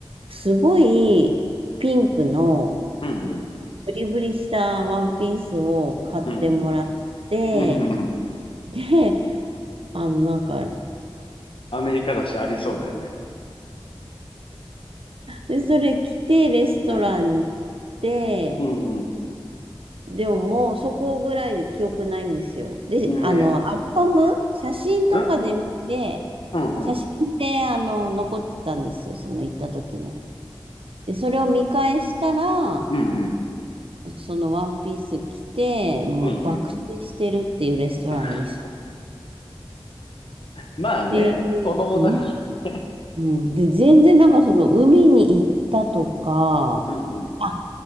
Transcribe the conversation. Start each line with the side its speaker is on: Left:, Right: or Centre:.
Right: すごいピンクの
Left: うん、うん、
Right: ブリブリしたワンピースを買ってもらって、
Left: うん、うん、うん、うん。
Right: で、あの、なんか、
Left: アメリカだし、ありそうだよね。
Right: で、それ着て、レストランに行って、
Left: うん、うん、
Right: でももうそこぐらいで記憶ないんですよ。で、
Left: うん。
Right: あの、
Left: ね、
Right: アルバム、写真とかで見て、
Left: うん、うん、
Right: 写真で、
Left: うん、
Right: あの、残ってたんですよ、その行った時の。で、それを見返したら、
Left: うん、うん、
Right: そのワンピース着て、もう爆睡してるっていうレストランの椅子っ
Left: うん、うん <laughs>。まあね、
Right: ていう、
Left: 子供だからね。
Right: うん、うんで、全然なんかその海に行ったとか、
Left: うん、うん、
Right: あ